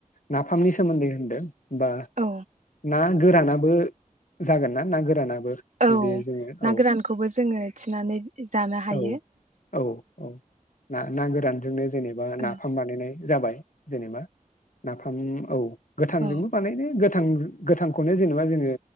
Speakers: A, on the left (about 65°); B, on the right (about 60°).
A: नाफामनि सोमोन्दै होनदों बा
B: औ
A: ना गोरानाबो जागोन ना ना गोरानाबो
B: औ
A: बिदि जोङो
B: ना
A: औ
B: गोरानखौबो जोङो थिनानै जानो हायो
A: औ औ औ ना गोरानजोंनो जेनेबा नाफाम
B: ओ
A: बानाइनाय जाबाय जेनेबा नाफाम औ गोथांजोंबो
B: औ
A: बानायनो गो गोथां गोथांखौनो जेनेबा जोङो